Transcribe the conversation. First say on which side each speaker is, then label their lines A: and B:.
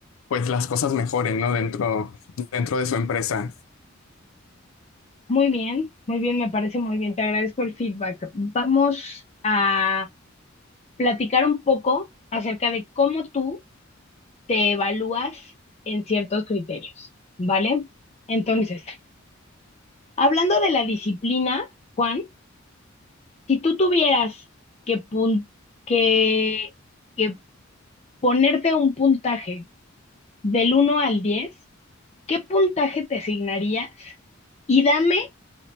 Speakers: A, on the left; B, on the left.
A: pues, las cosas mejoren, ¿no? Dentro, dentro de su empresa.
B: Muy bien, muy bien, me parece muy bien. Te agradezco el feedback. Vamos a platicar un poco acerca de cómo tú te evalúas en ciertos criterios, ¿vale? Entonces, hablando de la disciplina, Juan, si tú tuvieras que, pun- que, que ponerte un puntaje del uno al 10, ¿qué puntaje te asignarías? Y dame